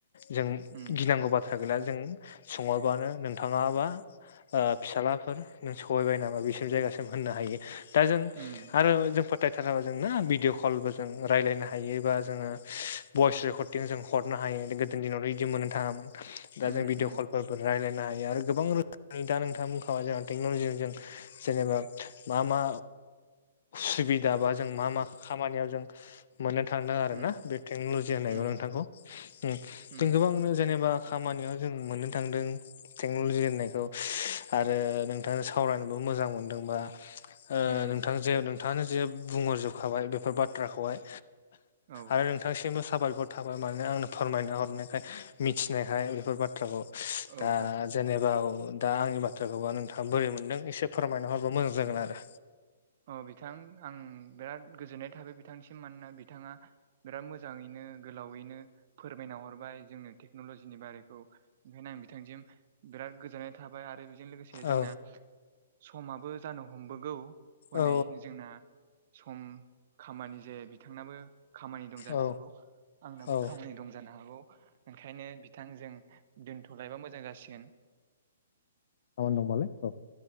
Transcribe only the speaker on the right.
उम
उम
उम
उम
उम
उम
उम
उम
औ
औ
औ
अ बिथां आं बिराद गोजोननाय थाबाय बिथांसिम मानोना बिथाङा बिराद मोजाङैनो गोलावैनो फोरमायना हरबाय जोंनो टेक्नलजिनि बारैखौ ओंखायनो आं बिथांसिम बिराद गोजोननाय थाबाय आरो बेजों लोगोसे जोंना
समाबो जानो हमबोगौ हनै
जोंना सम खामानि जे बिथांनाबो खामानि दं जानो
हागौ आंनाबो
खामानि दं जानो हागौ। ओंखायनो बिथां जों दोनथ'लायबा मोजां जासिगोन